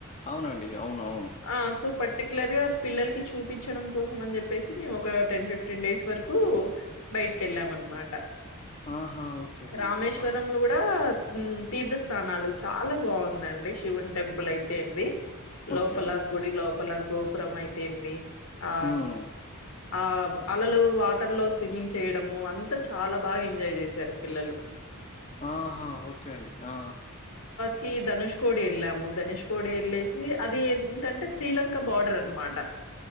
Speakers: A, on the left; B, on the left.
A: అవునండి అవునువు
B: ఆ సో పట్టకి ర్ గా పిల్లకి చూపించడం కోసం అని చెప్పేసి మేము ఒక టెన్ ఫిఫ్టీన్ డేస్ వరకు బయట కెళ్ళామనమాట
A: ఆహా ఓకే అండి
B: రామేశ్వరంలో
A: ఆ
B: కూడా తీర్థస్థానాలు చాలా బాగుందండి శివున్ టెంపుల్ అయితే ఏంది లోపల
A: ఓకే అండి
B: గుడి లోపల గోపురం అయితేంది ఆ
A: ఉమ్
B: ఆ అలలు వాటర్ లో స్విమ్మింగ్ చేయడము అంతా చాలా బాగా ఎంజాయ్ చేశారు పిల్లలు
A: ఆహా ఓకే అండి ఆ
B: కి ధనుష్ కోడి వెళ్ళాము ధనుష్ కోడి వెళ్ళేసి అది ఏంటంటే శ్రీలంక బార్డర్ అనమాట